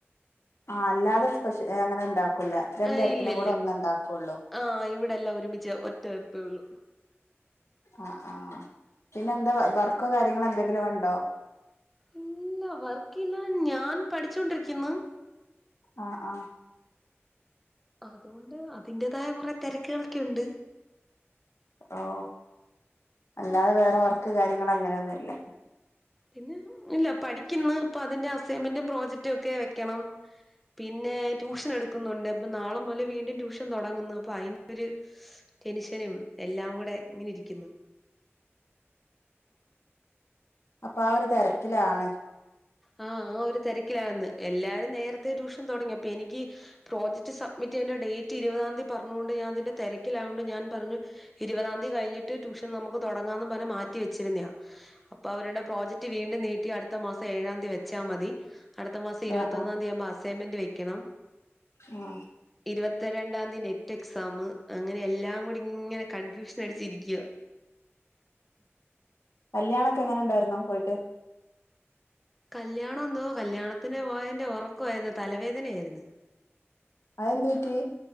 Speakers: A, on the left (about 90°); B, in the centre.
A: ആഹ് അല്ലാതെ സ്പെഷ്യ അങ്ങനെണ്ടാ ക്കൂലാ രണ്ടേരത്തിനും
B: ഏഹ് ഇല്ലില്ല
A: കൂടെ ഒന്നണ്ടാക്കുള്ളൂ
B: ആഹ് ഇവിടെല്ലാം ഒരുമിച്ച് ഒറ്റ വെപ്പേ ഉള്ളൂ
A: ആഹ് ആഹ് പിന്നെ എന്താ വർക്കോ കാര്യങ്ങളോ എന്തെങ്കിലും ഉണ്ടോ
B: ഇല്ല വർക്കില്ല ഞാൻ പഠിച്ചോണ്ടിരിക്കുന്ന്
A: ആഹ് ആഹ്
B: അതുകൊണ്ട് അതിന്റേതായ കുറെ തെരക്കുകളൊക്കെ ഉണ്ട്
A: ഓഹ് അല്ലാതെ വേറെ വർക്ക് കാര്യങ്ങള് അങ്ങനെയൊന്നുല്ല
B: പിന്നെ ഇല്ല പഠിക്കുന്ന് ഇപ്പൊ അതിന്റെ അസൈൻമെന്റും പ്രോജക്ടും ഒക്കെ വെക്കണം പിന്നെ ട്യൂഷൻ എടുക്കുന്നുണ്ട് ഇപ്പൊ നാളെ മുതല് വീണ്ടും ട്യൂഷൻ തുടങ്ങുന്ന് അപ്പൊ അതിന്റൊരു ടെനുഷനും എല്ലാം കൂടെ ഇങ്ങനെ ഇരിക്കുന്ന്
A: അപ്പൊ ആഹ് ഒരു തെരക്കിലാണ്
B: ആഹ് ആഹ് ഒരു തിരക്കിലാന്ന് എല്ലാരും നേരത്തെ ട്യൂഷൻ തൊടങ്ങി അപ്പൊ എനിക്ക് പ്രോജക്ട് സബ്മിറ്റ് ചെയ്യണ്ട ഡേറ്റ് ഇരുപതാം തീയതി പറഞ്ഞോണ്ട് ഞാൻ അതിന്റെ തിരക്കിലായോണ്ട് ഞാൻ പറഞ്ഞു ഇരുപതാംതി കഴിഞ്ഞട്ട് ട്യൂഷൻ നമുക്ക് തുടങ്ങാന്ന് പറഞ്ഞ് മാറ്റി വെച്ചിരുന്നയാ അപ്പ അവര്ടെ പ്രോജെക്ട് വീണ്ടും നീട്ടി അട്ത്ത മാസം ഏഴാം ന്തി വെച്ചാ മതി അട്ത്ത മാസം ഇര്പത്തൊന്നാംന്തി
A: ആ ആ
B: ആവ്മ്പം അസൈൻമെന്റ് വെയ്ക്കെണം
A: ആ
B: ഇര്പത്ത രണ്ടാംന്തി നെറ്റെക്സാമ് അങ്ങെനെ എല്ലാം കൂടി ഇങ്ങെനെ കൺഫ്യൂഷനടിച്ചിരിക്ക്യുവാ
A: കല്യാണൊക്കെ എങ്ങെനെണ്ടായ്രുന്നു പോയ്ട്ട്
B: കല്യാണം എന്തോ കല്യാണത്തിന് പോയേന്റെ ഒറക്കവാ ഇത് തലവേദനയായ്ര്ന്ന്
A: അതെന്ത് പറ്റി